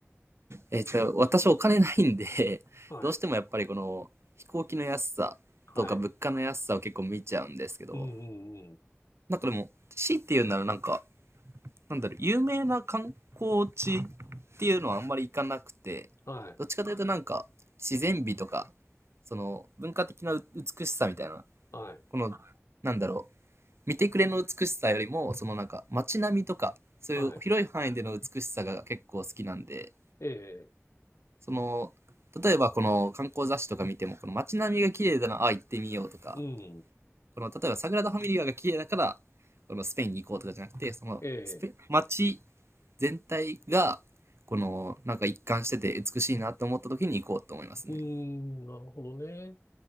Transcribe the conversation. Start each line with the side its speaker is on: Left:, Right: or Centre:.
Right: えっと、私お金ないんで、<laughs>
Left: はい。
Right: どうしてもやっぱりこの飛行機の安さとか物価の安さを結構見ちゃうんですけど、
Left: はい。うんうんうん。
Right: なんかでも、C っていうならなんか、なんだろう、有名な観光地っていうのはあんまり行かなくて、
Left: はい。
Right: どっちかというとなんか自然美とか、その文化的な美しさみたいな、
Left: はい。
Right: この、なんだろう、見てくれの美しさよりも、そのなんか街並みとか、そういう広い範囲での美しさが結構好きなんで、
Left: はい。ええ。
Right: その、例えばこの観光雑誌とか見ても、この街並みが綺麗だな、ああ行ってみようとか、
Left: うん。
Right: この例えばサグラダ・ファミリアが綺麗だから、このスペインに行こうとかじゃなくて、そのスペ、
Left: ええ。
Right: 街全体が、このなんか一貫してて美しいなと思った時に行こうと思いますね。
Left: うん。なるほどね。